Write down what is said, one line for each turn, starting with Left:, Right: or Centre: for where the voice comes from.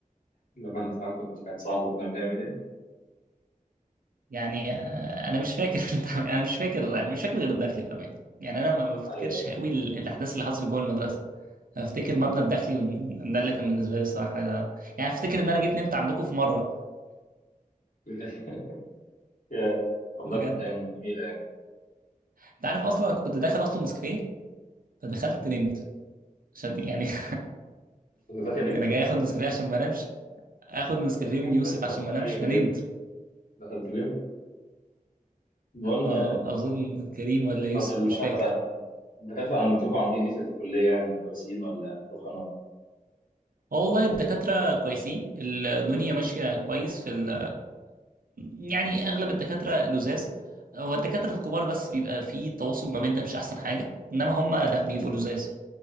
Left: لما الامتحان كنت كان صعب وكنا بنعمل ايه؟
Right: يعني آه، انا مش فاكر <laughs> انا مش فاكر مش فاكر غير الداخلي بامان يعني انا ما ما بفتكرش
Left: ايوه أيوة.
Right: قوي ال- الاحداث اللي حصلت جوه المدرسه أنا افتكر
Left: م.
Right: مبنى الداخلي وإن- ده اللي كان بالنسبه لي الصراحه حاجه يعني افتكر ان انا جيت نمت عندكم في مره
Left: <laughs> يا، والله
Right: بجد
Left: كانت ايام جميلة يعني
Right: انت عارف اصلا كنت داخل اطلب نسكافيه فدخلت نمت عشان يعني <laughs>
Left: كنت داخل ايه؟
Right: يعني جاي اخد نسكافيه عشان ما انامش اخد نسكافيه
Left: <laughs>
Right: من يوسف عشان ما انامش
Left: ايوه
Right: فنمت
Left: ايوه دخلت ليه؟ المهم
Right: اه اظن كريم ولا يوسف
Left: طب الدكاترة
Right: مش فاكر
Left: الدكاترة عندكم عاملين ايه في الكلية يعني كويسين ولا رخمة؟
Right: اه والله الدكاترة كويسين الدنيا ماشية كويس في ال يعني أغلب الدكاترة لزاز هو الدكاترة الكبار بس بيبقى في تواصل ما بيننا مش أحسن حاجة إنما هم لأ بيبقوا لزاز